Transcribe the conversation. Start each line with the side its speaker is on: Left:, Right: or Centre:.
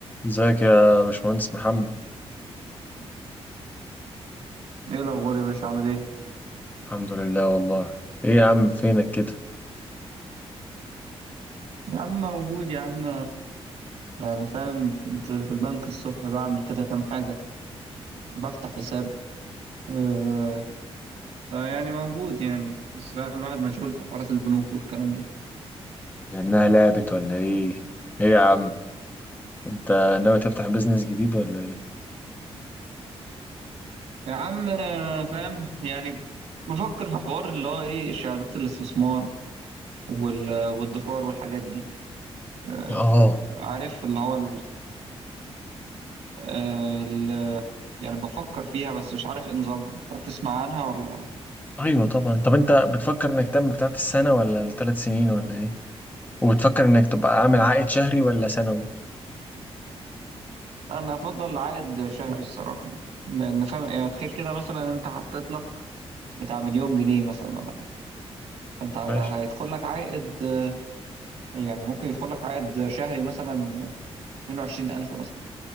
Left: ازيك يا باشمهندس محمد
Right: ايه الاخبار يا باشا عامل ايه
Left: الحمد لله والله ايه يا عم فينك كده
Right: يا عم موجود يا عم يعني فاهم كنت في البنك الصبح بعمل كده كام حاجه بفتح حساب آه فيعني موجود يعني بس فاهم الواحد مشغول في حوارات البنوك والكلام ده
Left: لانها لعبت ولا ايه ايه يا عم انت ناوي تفتح بيزنس جديد ولا ايه
Right: يا عم آه، فاهم يعني بفكر في حوار اللي هو ايه شهادات الاستثمار وال- والادخار والحاجات دي آه،
Left: اه
Right: عارف اللي هو ال- آه، ال- يعني بفكر فيها بس مش عارف ايه نظامها انت تسمع عنها ولا
Left: ايوه طبعا طب انت بتفكر انك تعمل بتاعت السنه ولا الثلاث سنين ولا ايه وبتفكر انك تبقى عامل عائد شهري ولا سنوي
Right: انا افضل عائد شهري الصراحه يعني لان فاهم يعني تخيل كده مثلا انت حطيت لك بتاع مليون جنيه مثلا ولا حاجه فانت هي-
Left: ماشي
Right: هيدخل لك عائد آه، يعني ممكن يدخل لك عائد شهري مثلا 22000 مثلا